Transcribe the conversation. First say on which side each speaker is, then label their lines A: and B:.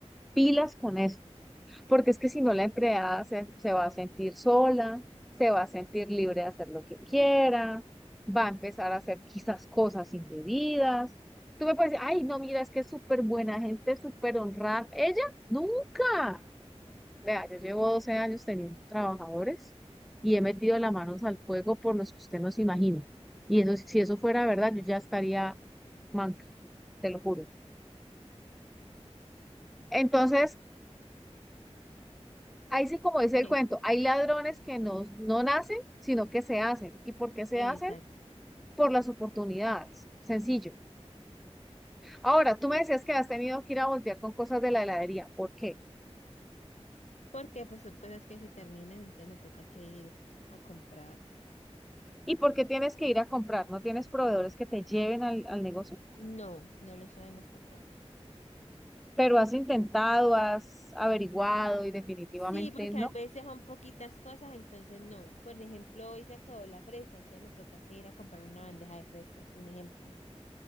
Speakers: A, in the centre; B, on the left (about 85°).
A: Pilas con eso. porque es que si no la empleada se, se va a sentir sola, se va a sentir libre de hacer lo que quiera, va a empezar a hacer quizás cosas indebidas. Tú me puedes decir, ay, no, mira, es que es súper buena gente, súper honrada. Ella nunca. Vea, yo llevo 12 años teniendo trabajadores y he metido las manos al fuego por los que usted no se imagina. Y eso, si eso fuera verdad, yo ya estaría manca, te lo juro. Entonces, Ahí sí, como dice
B: ¿qué?
A: el cuento, hay ladrones que no, no nacen, sino que se hacen. ¿Y por qué se
B: Exacto.
A: hacen? Por las oportunidades. Sencillo. Ahora, tú me decías que has tenido que ir a voltear con cosas de la heladería. ¿Por qué?
B: Porque pues son cosas que se terminan, entonces me toca que ir a comprar.
A: ¿Y por qué tienes que ir a comprar? No tienes proveedores que te lleven al, al negocio,
B: No, no lo saben hasta acá.
A: pero has intentado, has averiguado y definitivamente
B: Sí, porque
A: no.
B: a veces son poquitas cosas, entonces no. Por ejemplo, hoy se acabó la fresa, entonces me toca que ir a comprar una bandeja de fresas, un ejemplo.